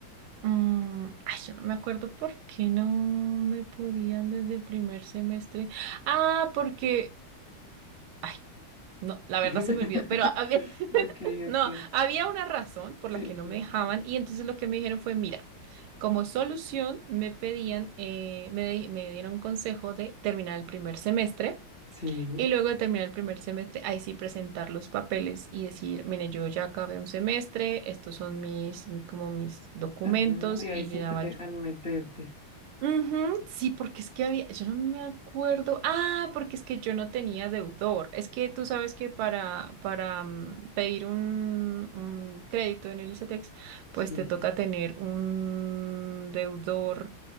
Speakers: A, on the right; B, on the left.
A: mm, ay, yo no me acuerdo por qué no me podían desde el primer semestre. Ah, porque... ay, no, la verdad
B: <laughs>
A: se me olvidó, pero a ver, <laughs>
B: Ok,
A: no,
B: ok.
A: había una razón por
B: Sí,
A: la que
B: sí.
A: no me dejaban y entonces lo que me dijeron fue, mira, como solución me pedían, eh, me, di- me dieron un consejo de terminar el primer semestre
B: Sí.
A: y luego de terminar el primer semestre, ahí sí presentar los papeles y decir, mire, yo ya acabé un semestre, estos son mis, como mis documentos
B: Ah, y
A: y
B: ahí sí
A: llenaba
B: te dejan meterte.
A: Ujú, Sí, porque es que había, yo no me acuerdo, ah, porque es que yo no tenía deudor. Es que tú sabes que para, para mm, pedir un, un crédito en el ICETEX, pues
B: Sí.
A: te toca tener un deudor